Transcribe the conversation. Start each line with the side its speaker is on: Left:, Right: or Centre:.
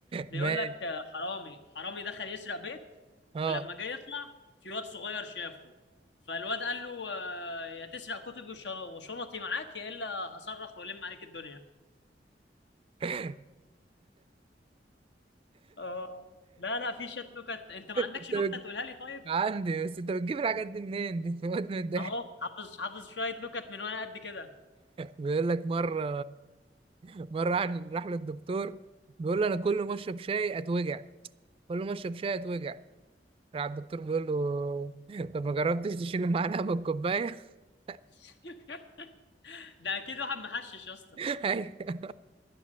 Left: بيقول
Right: ماشي
Left: لك آه، حرامي حرامي دخل يسرق بيت
Right: اه
Left: ولما جاي يطلع في واد صغير شافه فالواد قال له آه، يا تسرق كتبي وش- وشنطي معاك يا الا هصرخ والم عليك الدنيا
Right: <laughs>
Left: اه لا لا في شت نكت انت ما
Right: انت
Left: عندكش نكته
Right: بت-
Left: تقولها لي طيب
Right: عندي بس انت بتجيب الحاجات دي منين؟ دي بتموتني من الضحك
Left: اهو حافظ حافظ شويه نكت من وانا قد كده
Right: بيقول لك مرة مره راح راح للدكتور بيقول له انا كل ما اشرب شاي اتوجع كل ما اشرب شاي اتوجع راح الدكتور بيقول له <laughs> طب ما جربتش تشيل المعلقه من الكوبايه <laughs>
Left: <laughs> ده اكيد واحد محشش يا اسطى
Right: أيوة.